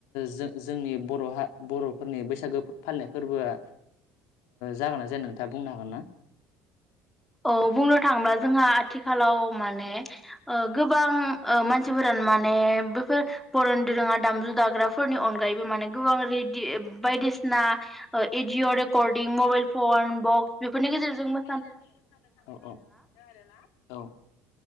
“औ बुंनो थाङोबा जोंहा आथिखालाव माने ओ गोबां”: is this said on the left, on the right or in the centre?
Centre